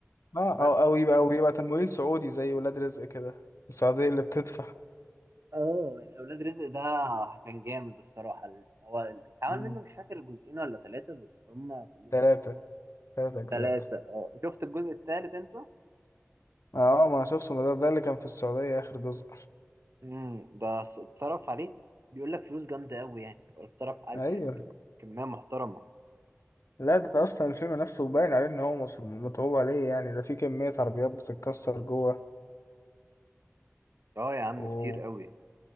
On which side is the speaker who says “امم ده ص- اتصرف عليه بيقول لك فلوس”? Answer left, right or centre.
Right